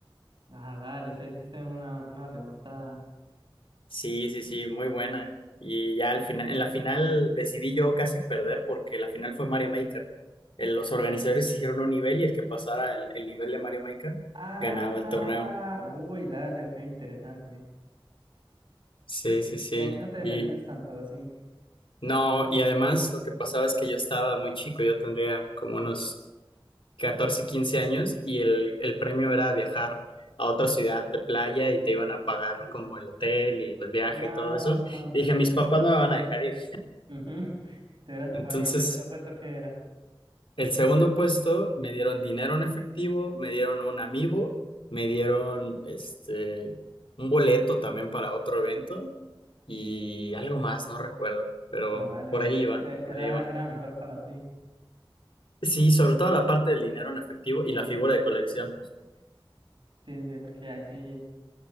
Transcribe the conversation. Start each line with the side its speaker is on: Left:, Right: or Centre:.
Right: Ah, dale, o sea hiciste una, una remontada.
Left: Sí, sí, sí, muy buena. Y ya al final, en la final decidí yo casi perder porque la final fue Mario Maker. Eh, Los organizadores hicieron un nivel y el que pasara el, el nivel de Mario Maker
Right: Ah,
Left: ganaba el torneo.
Right: uy, dale, ok, interesante.
Left: Sí, sí, sí.
Right: Y ahí no te defendías
Left: Y
Right: tanto, sí.
Left: no, y además lo que pasaba es que yo estaba muy chico, yo tendría como unos 14, 15 años y el, el premio era viajar a otra ciudad de playa y te iban a pagar como el hotel y los viajes
Right: Ah,
Left: y todo eso.
Right: ok,
Left: Y dije, mis papás no me van a dejar ir.
Right: Ujú. Te hubiera tocado.
Left: <laughs> Entonces...
Right: ¿Y el segundo puesto qué era?
Left: El segundo puesto me dieron dinero en efectivo, me dieron un amiibo, me dieron este un boleto también para otro evento y algo más, no recuerdo, pero
Right: No, dale,
Left: por ahí
Right: eh,
Left: iba,
Right: eh,
Left: por
Right: era,
Left: ahí iba.
Right: era mejor para ti.
Left: Sí, sobre todo la parte del dinero en efectivo y
Right: Eh,
Left: la figura
Right: pues sí,
Left: de colección.
Right: sí, sí, porque ahí sí.